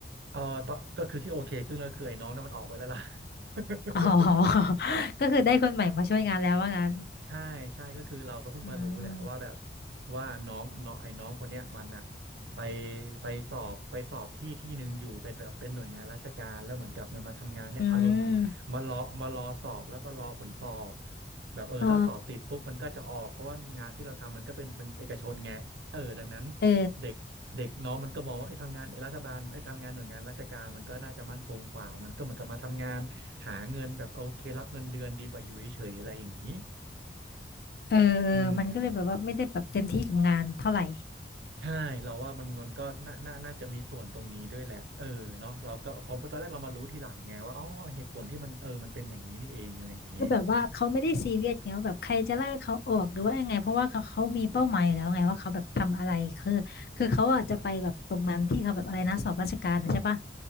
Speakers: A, on the right (about 80°); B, on the left (about 60°).
A: เออตอนก็คือที่โอเคขึ้นแล้วคือไอ้น้องนั้นมันออกไปแล้วล่ะ <laughs>
B: อ๋อ <laughs> ก็คือได้คนใหม่มาช่วยงานแล้วว่างั้น
A: ใช่ใช่ก็คือเราก็เพิ่งมารู้แหละว่าแบบ
B: อืม
A: ว่าน้องน้องไอ้น้องคนเนี้ยมันอะไปไปสอบไปสอบที่ที่หนึ่งอยู่เป็นแบบเป็นหน่วยงานราชการแล้วเหมือนกับมันมาทำงานเนี่ยอารมณ์เหมือนมารอมารอสอบแล้วก็รอผลสอบ
B: อืม
A: แบบเออถ้าสอบติดปุ๊บมันก็จะออกเพราะว่างานที่เราทำมันก็เป็นเป็นเอกชนไงเออดังนั้น
B: อ๋อเออ
A: เด็กเด็กน้องมันก็มองว่าไอ้ยทำงานไอ้รัฐบาลไอ้ยทำงานหน่วยงานราชการมันก็น่าจะมั่นคงกว่ามันก็เหมือนกับมาทำงานหาเงินแบบโอเครับเงินเดือนดีกว่าอยู่เฉยๆอะไรอย่างนี้
B: เออเออมันก็เลยแบบว่าไม่ได้แบบเต็มที่กับงานเท่าไหร่
A: อืมใช่เราว่ามันมันก็น่าน่าน่าจะมีส่วนตรงนี้ด้วยแหละเออเนาะเราก็พอตอนแรกเรามารู้ทีหลังไงว่าอ๋อเหตุผลที่มันเออมันเป็นอย่างนี้นี่เองอะไรอย่างนี้
B: คือแบบว่าเขาไม่ได้ซีเรียสไงว่าแบบใครจะไล่เขาออกหรือว่ายังไงเพราะว่าเขาเขามีเป้าหมายอยู่แล้วไงว่าเขาแบบทำอะไรคือคือเขาอาจจะไปแบบตรงนั้นที่เขาแบบอะไรนะสอบราชการนะใช่ปะ